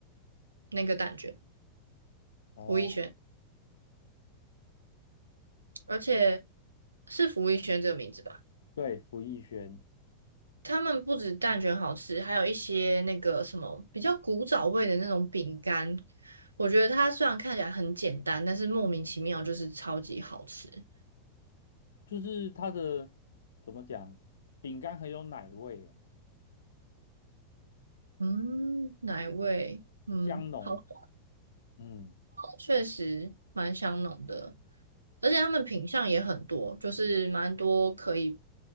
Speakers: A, on the right (about 80°); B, on the left (about 65°).
A: 那个蛋卷，
B: 哦，
A: 吴亦轩。而且是福一轩这个名字吧？
B: 对，福艺轩
A: 他们不止蛋卷好吃，还有一些那个什么比较古早味的那种饼干。我觉得它虽然看起来很简单，但是莫名其妙就是超级好吃。
B: 就是它的怎么讲，饼干很有奶味啊，
A: 嗯，奶味，嗯，
B: 香浓。
A: 好像
B: 嗯，
A: 确实蛮香浓的，而且他们品相也很多，就是蛮多可以